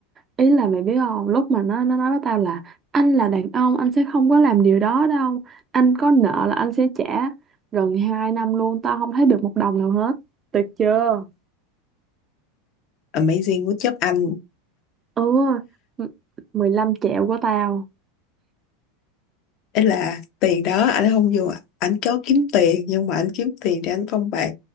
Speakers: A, on the right; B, on the left.
A: Ý là mày biết không? Lúc mà nó nó nói với tao là anh là đàn ông, anh sẽ không có làm điều đó đâu. Anh có nợ là anh sẽ trả. Gần 2 năm luôn tao không thấy được một đồng nào hết. Tuyệt chưa?
B: Amazing của job anh.
A: Ừ, m- 15 triệu của tao.
B: Ý là tiền đó anh không dùng, anh có kiếm tiền nhưng mà anh kiếm tiền để anh phong bạc.